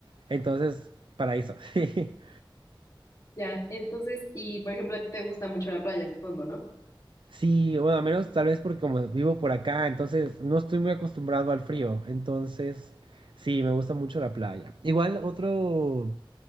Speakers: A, on the right; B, on the left.
A: Entonces, Paraíso. <laughs>
B: ya. Entonces, y por ejemplo, a ti te gusta mucho la playa, supongo, ¿no?
A: Sí, bueno, al menos tal vez porque como vivo por acá, entonces no estoy muy acostumbrado al frío. Entonces, sí, me gusta mucho la playa. Igual otro,